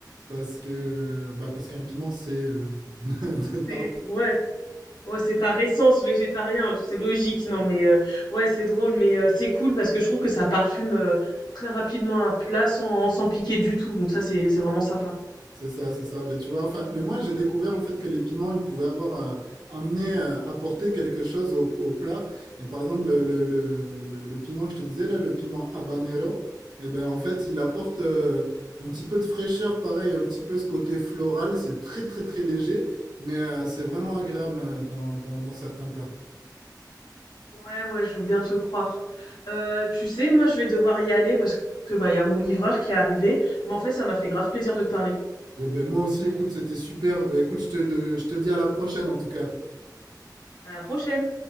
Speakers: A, on the right; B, on the left.
A: parce que bah parce qu'un piment c'est euh, <laughs> de par
B: C'est ouais. Ouais, c'est par essence végétarien, hein, c'est logique. Non, mais euh, ouais, c'est drôle, mais euh, c'est cool parce que je trouve que ça parfume euh, très rapidement un plat sans sans piquer du tout. Donc ça, c'est c'est vraiment sympa.
A: C'est ça, c'est ça. Ben, tu vois, enfin, mais moi, j'ai découvert en fait que les piments, ils pouvaient avoir euh, amené, euh, apporter quelque chose au, au plat. Et par exemple, le, le, le- le- le piment que je te disais là, le piment habanero, et ben en fait, il apporte euh, un petit peu de fraîcheur, pareil, un petit peu ce côté floral. C'est très, très, très léger, mais euh, c'est vraiment agréable hein, dans, dans- dans certains plats.
B: Ouais, ouais, je veux bien te croire. Euh, tu sais, moi, je vais devoir y aller parce que bah il y a mon livreur qui est arrivé. Mais en fait, ça m'a fait grave plaisir de te parler.
A: Et ben moi aussi, écoute, c'était super. Ben écoute, je te, je te dis à la prochaine en tout cas.
B: À la prochaine.